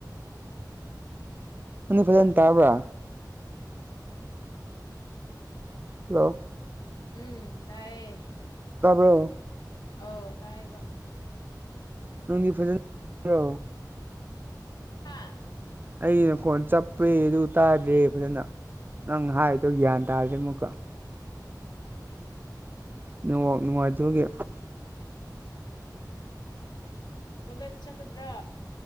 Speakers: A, on the right; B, on the left.
A: ꯅꯪꯗꯤ ꯐꯖꯅ ꯇꯥꯕ꯭ꯔꯥ ꯍꯜꯂꯣ
B: ꯎꯝ ꯇꯥꯏꯌꯦ
A: ꯇꯥꯕ꯭ꯔꯣ
B: ꯑꯧ ꯇꯥꯏꯕ
A: ꯅꯪꯒꯤ ꯐꯖꯅꯣ <unintelligible>
B: ꯍꯥꯥ
A: ꯑꯩꯒꯤꯅ ꯐꯣꯟ ꯆꯞꯄꯦ ꯑꯗꯨ ꯇꯥꯗ꯭ꯔꯦ ꯐꯖꯅ ꯅꯪ ꯍꯥꯏꯔꯤꯗꯣ ꯒ꯭ꯌꯥꯟ ꯇꯥꯗ꯭ꯔꯦ ꯑꯃꯨꯝꯀ
B: ꯎꯝ
A: ꯅꯦꯠꯋꯥꯛ ꯅꯨꯉꯥꯏꯇꯕꯒꯤ
B: ꯀꯣꯂꯦꯁ ꯆꯠꯀꯗ꯭ꯔꯥ